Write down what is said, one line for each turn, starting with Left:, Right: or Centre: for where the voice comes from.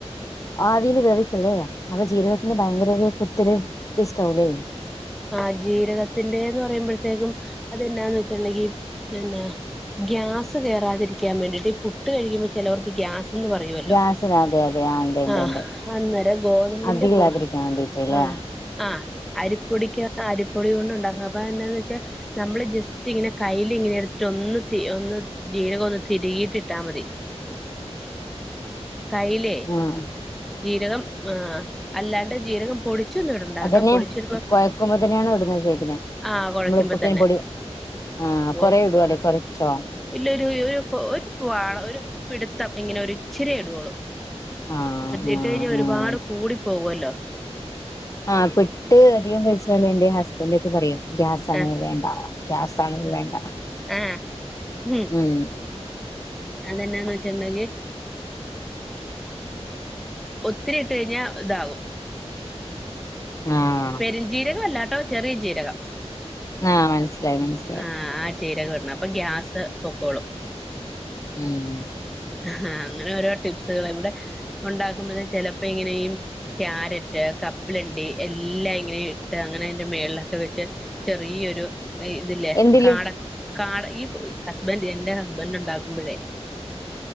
Left: ആവിയിൽ വേവിക്കിലേ അപ്പൊ ജീരകത്തിന് ഭയങ്കരൊരു കുത്തല് ടേസ്റ്റാവൂലേ
Centre: ആ ജീരകത്തിന്റെന്ന് പറയുമ്പഴത്തേക്കും അതെന്നാന്ന് വെച്ച്ട്ട്ണ്ടെങ്കി പിന്നാ ഗ്യാസ് കേറാതിരിക്കാൻ വേണ്ടിട്ട് ഈ പുട്ട് കഴിക്കുമ്പൊ ചെലോർക്ക് ഗ്യാസ് ന്ന് പറയുഅല്ലോ
Left: ഗ്യാസിന് അതെ അതെ ആ ഉണ്ട് ഉണ്ട്
Centre: ആഹ്
Left: ഉണ്ട്
Centre: അന്നേരം ഗോതമ്പിന്റെ
Left: അതില്ലാതിരിക്കാൻ
Centre: പു
Left: വേണ്ടീട്ടല്ലേ
Centre: ആഹ് ആഹ് അരിപ്പൊടിക്ക്‌ അരിപ്പൊടി കൊണ്ടുണ്ടാക്കും അപ്പതെന്നാന്ന് വെച്ചാ നമ്മള് ജെസ്റ്റിങ്ങനെ കയ്യിലിങ്ങനെടുത്തിട്ട് ഒന്ന് തി ഒന്ന് ജീരകം ഒന്ന് തിരികീട്ട് ഇട്ടാ മതി കയ്യിലെ
Left: ആഹ്
Centre: ജീരകം ആഹ് അല്ലാണ്ട് ജീരകം പൊടിച്ചൊന്നും ഇടണ്ടാട്ടോ
Left: അതന്നെ
Centre: പൊടിച്ചിടുമ്പോ
Left: കൊയക്കുമ്പോ തന്നെയാണ് എവിടുന്ന ചോയിക്കുന്നെ
Centre: ആഹ് കുഴയ്ക്കുമ്പോ
Left: നമ്മള് പുട്ടിൻപൊടി
Centre: തന്നെ
Left: ആഹ് കൊറെടുവോ
Centre: ഓ ആഹ്
Left: അല്ലെ കൊറച്ചോ
Centre: ഇല്ല ഒരു ഒരു ഒരു ഒരു വാള ഒരു പിടുത്തം ഇങ്ങനെ ഒരു ഇച്ചിര്യേ ഇടുവോളൂ
Left: ആ ആ
Centre: ഇട്ട് കഴിഞ്ഞ ഒരുപാട്
Left: ആ
Centre: കൂടി പോവുഅല്ലോ
Left: ആഹ് പെട്ട് അധികംകഴിച് പോലെ എന്റെ ഹസ്ബൻഡ് ഒക്കെ പറയും ഗ്യാസ് ആണ്
Centre: ആഹ്
Left: അത് വേണ്ട ഗ്യാസ് ആണ് അത് വേണ്ട
Centre: ആഹ് ഹും
Left: ഉം
Centre: അതെന്നാന്ന് വെച്ചിട്ടുണ്ടെങ്കിൽ ഒത്തിരി ഇട്ട് കഴിഞ്ഞാ ഇതാകും
Left: ആഹ്
Centre: പെരുഞ്ജീരകം അല്ലാട്ടോ ചെറിയ ജീരകം
Left: ആഹ് മനസ്സിലായി മനസ്സിലായി
Centre: ആഹ് ആഹ് ജീരകം ഇടണം അപ്പൊ ഗ്യാസ് പൊക്കോളും.
Left: ഉം
Centre: ആഹ് അങ്ങനെ ഓരോ ടിപ്സുകളേ ഇവിടെ ഉണ്ടാക്കുമ്പോഴും ചെലപ്പോ ഇങ്ങനെയും ക്യാരറ്റ് കപ്പലണ്ടി എല്ലാം ഇങ്ങനെ ഇട്ട് അങ്ങനെ അയിന്റെ മേളിലൊക്കെ വെച്ച് ചെറിയൊരു ഇതില്ലേ
Left: എന്തില്
Centre: കാട കാട ഈ പൊ ഹസ്ബൻഡ് എന്റെ ഹസ്ബൻറ് ഉണ്ടാക്കുമ്പോഴേ